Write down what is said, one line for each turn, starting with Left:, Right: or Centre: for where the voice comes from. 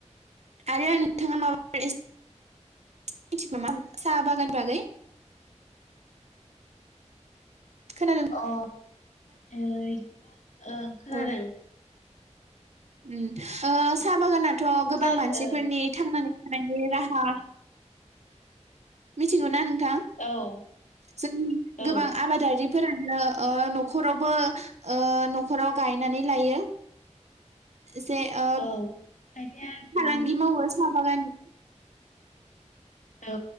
Right: आरो <unintelligible> साहा बागान बागै खोनादों
Left: अ ओइ ओ खोनादों
Right: औ उम ओ साहा बागाना थ' गोबां
Left: खोना
Right: मानसिफोरनि थांनानै थानायनि राहा मिथिखौ नों थां
Left: ओ औ
Right: जोंनि
Left: औ
Right: गोबां आबादारि फोरानो ओ न'खरावबो ओ न'खराव गायनानै लायो। जे ओ
Left: औ खायफाया
Right: फालांगि
Left: उम
Right: मावो स बागानि
Left: औ